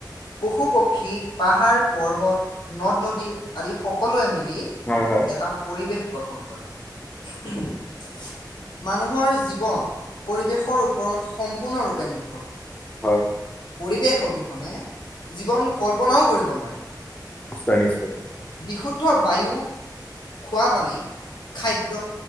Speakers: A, on the left (about 75°); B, on the left (about 20°).
A: পশু পক্ষী পাহাৰ পৰ্বত নদ নদী আদি সকলোৱে মিলি
B: হয়
A: এটা পৰিৱেশ গঠন কৰে। উ মানুহৰ জীৱন পৰিৱেশ, ওপৰত সম্পূৰ্ণৰূপে নিৰ্ভৰশীল
B: হয়।
A: পৰিৱেশ অবিহনে জীৱন কল্পনাও কৰিব নোৱাৰি
B: নিশ্চয় নিশ্চয়
A: বিশুদ্ধ বায়ু খোৱা পানী খাদ্য,।